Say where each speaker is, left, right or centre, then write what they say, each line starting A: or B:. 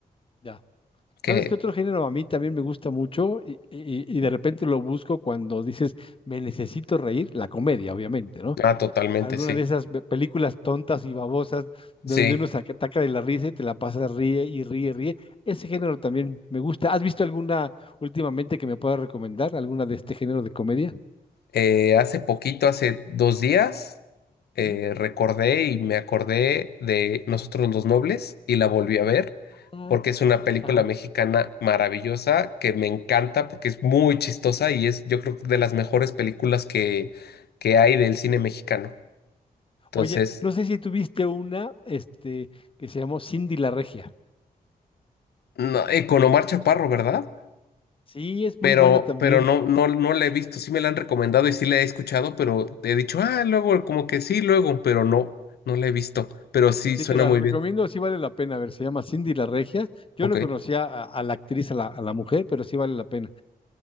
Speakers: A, on the left; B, on the left.
A: Ya.
B: que,
A: ¿Sabes qué otro género a mí también me gusta mucho y, y- y de repente lo busco cuando dices, me necesito reír? La comedia, obviamente, ¿no?
B: ah, totalmente,
A: alguna
B: sí.
A: de esas pe- películas tontas y babosas donde
B: Sí,
A: uno se ataca de la risa y te la pasa ríe y ríe, ríe. Ese género también me gusta. ¿Has visto alguna últimamente que me pueda recomendar? ¿Alguna de este género de comedia?
B: Eh, hace poquito, hace dos días, eh,
A: Ujú.
B: recordé y me acordé de Nosotros los Nobles y la volví a ver
A: Ah,
B: porque es una película
A: Ajá.
B: mexicana maravillosa que me encanta porque es muy chistosa y es yo creo que de las mejores películas que, que hay del cine mexicano. Entonces,
A: Oye, no sé si tuviste una, este, que se llamó Cindy la Regia.
B: no, eh, con Omar Chaparro, ¿verdad?
A: Sí, es
B: Pero,
A: muy buena también.
B: pero no, no, no la he visto, sí me la han recomendado y sí la he escuchado, pero he dicho, ah, luego, como que sí, luego, pero no, no la he visto, pero sí
A: Sí,
B: suena
A: te la
B: muy
A: recomiendo,
B: bien.
A: sí vale la pena. A ver, se llama Cindy la Regia. Yo
B: Ok,
A: no conocía a, a la actriz, a la, a la mujer, pero sí vale la pena.